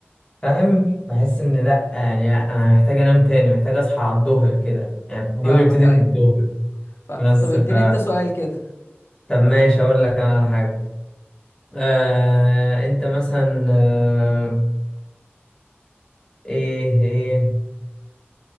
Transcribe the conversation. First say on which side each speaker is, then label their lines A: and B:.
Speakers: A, on the left (about 15°); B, on the left (about 70°).
A: فاهم بحس ان لا يعني انا محتاج انام تاني محتاج اصحى على الظهر كده يعني اليوم
B: فاهمك
A: يبتدي
B: ايوه
A: من الظهر
B: ف... طب
A: بس
B: اديني
A: ف
B: انت سؤال كده
A: طب ماشي اقول لك انا على حاجه آه... انت مثلا آه... ايه ايه